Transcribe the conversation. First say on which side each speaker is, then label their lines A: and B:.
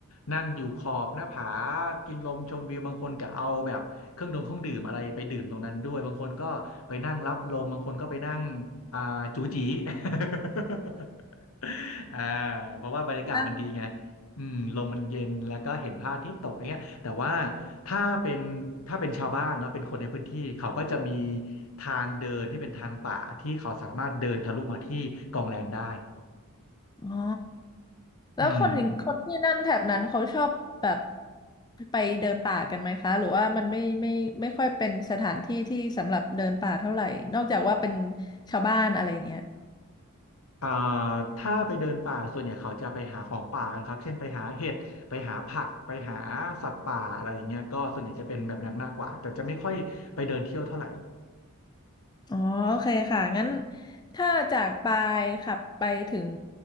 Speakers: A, on the left (about 70°); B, on the left (about 20°).
A: นั่งอยู่ขอบหน้าผากินลมชมวิวบางคนก็เอาแบบเครื่องดองเครื่องดื่มอะไรไปดื่มตรงนั้นด้วยบางคนก็ไปนั่งรับลมบางคนก็ไปนั่งอ่าจูจี <laughs> อ่าเพราะว่าบรรยากาศมันดีไง
B: นั่ง
A: อืมลมมันเย็นแล้วก็เห็นพระอาทิตย์ตกอย่างเงี้ยแต่ว่าถ้าเป็นถ้าเป็นชาวบ้านเนาะเป็นคนในพื้นที่เขาก็จะมีทางเดินที่เป็นทางป่าที่เขาสามารถเดินทะลุมาที่กองแรมได้
B: อ๋อแล้วคนอย่างคนที่นั่นแถบนั้นเขาชอบแบบ
A: อืม
B: ไปเดินป่ากันไหมคะหรือว่ามันไม่ไม่ไม่ค่อยเป็นสถานที่ที่สำหรับเดินป่าเท่าไหร่นอกจากว่าเป็นชาวบ้านอะไรอย่างเงี้ย
A: อ่าถ้าไปเดินป่าส่วนใหญ่เขาจะไปหาของป่ากันครับเช่นไปหาเห็ดไปหาผักไปหาสัตว์ป่าอะไรอย่างเงี้ยก็ส่วนใหญ่จะเป็นแบบนั้นมากกว่าแต่จะไม่ค่อยไปเดินเที่ยวเท่าไหร่
B: อ๋อโอเคค่ะงั้นถ้าจากปายขับไปถึง